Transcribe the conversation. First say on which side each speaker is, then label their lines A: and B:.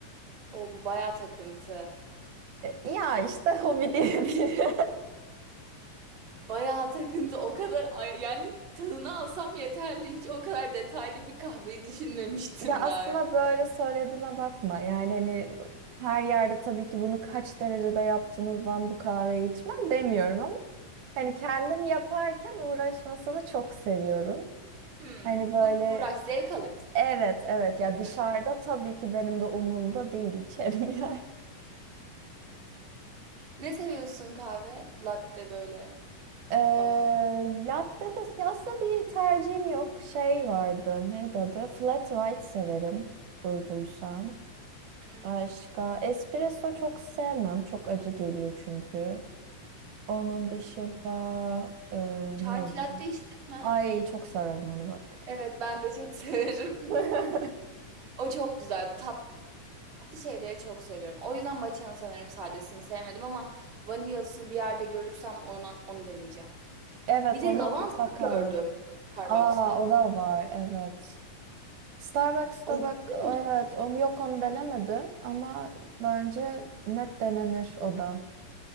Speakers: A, on the right (about 30°); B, on the right (about 75°).
A: O bu bayağı takıntı.
B: E, Ya işte <laughs> hobi diyebilirim.
A: Bayağı takıntı. O kadar ay- yani tadını alsam yeterli. Hiç o kadar detaylı bir kahveyi düşünmemiştim
B: Ya aslında
A: daha. önce.
B: böyle söylediğime bakma. Yani hani her yerde tabii ki bunu kaç derecede yaptınız ben bu kahveyi içmem demiyorum ama hani kendim yaparken uğraşmasını çok seviyorum.
A: Hmm.
B: Hani böyle
A: Bu uğraş zevk alıyorsun
B: evet evet ya dışarıda
A: yani.
B: tabii ki benim de umurumda değil içerim <laughs> yani.
A: Ne seviyorsun kahve? Latte böyle
B: Ee,
A: falan.
B: latte de ya aslında bir tercihim yok. Şey vardı neydi adı? Flat white severim duyduysan.
A: Hı hı.
B: Başka espresso çok sevmem. Çok acı geliyor çünkü. Onun
A: Hı hı.
B: dışında e,
A: Çay
B: ne oluyor?
A: latte içtin mi?
B: Ay çok severim onu bak.
A: Evet ben de çok <laughs> severim.
B: <laughs>
A: O çok güzel. Tatlı şeyleri çok seviyorum. O yüzden matcha'nın sanırım sadesini sevmedim ama vanilyasını bir yerde görürsem onu onu deneyeceğim.
B: Evet
A: Bir de
B: ona
A: lavantalı
B: mutlaka
A: gördüm
B: bak.
A: Starbucks'ta.
B: Aa o da var evet. Starbucks'ta
A: Onu
B: bak
A: denedin
B: o
A: mi?
B: evet onu yok onu denemedim ama bence net denenir o da.